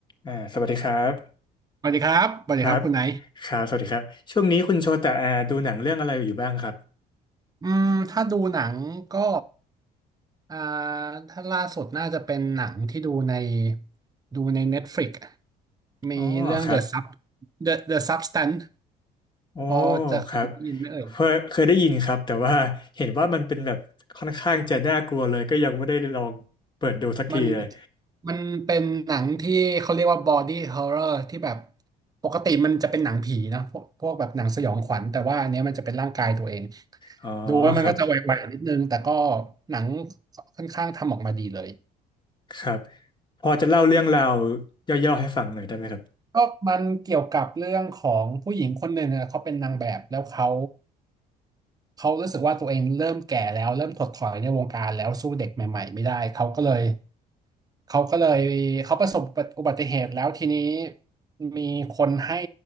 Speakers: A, on the left (about 25°); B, on the right (about 20°).
A: อ่าสวัสดีครับ
B: สวัสดีครับ สวัสดีครับคุณไหน
A: ครับครับสวัสดีครับ ช่วงนี้คุณโชตะอ่าดูหนังเรื่องอะไรอยู่บ้างครับ
B: อืมถ้าดูหนังก็อ่าถ้าล่าสุดน่าจะเป็นหนังที่ดูในดูใน Netflix มีเรื่อง
A: อ๋อครับ
B: The Sub The The Substance
A: โอ้
B: พอจะเคยได้ยินไหมเอ่ย
A: ครับเคยเคยได้ยินครับแต่ว่าเห็นว่ามันเป็นแบบค่อนข้างจะน่ากลัวเลยก็ยังไม่ได้ลองเปิดดูสักทีเลย
B: มันมันเป็นหนังที่เขาเรียกว่า body horror ที่แบบ ปกติมันจะเป็นหนังผีนะ พวกพวกแบบหนังสยองขวัญแต่ว่าอันเนี้ยมันจะเป็นร่างกายตัวเอง
A: อ๋อ
B: ดูแล้วมันก็จะไหวๆนิดนึง
A: ครับ
B: แต่ก็หนังค่อนข้างทำออกมาดีเลย
A: ครับพอจะเล่าเรื่องราวย่อๆให้ฟังหน่อยได้ไหมครับ
B: ก็มันเกี่ยวกับเรื่องของผู้หญิงคนหนึ่งอะเขาเป็นนางแบบแล้วเขาเขารู้สึกว่าตัวเองเริ่มแก่แล้วเริ่มถดถอยในวงการแล้วสู้เด็กใหม่ๆไม่ได้เขาก็เลยเขาก็เลยเขาประสบอุบัติเหตุแล้วทีนี้มีคนให้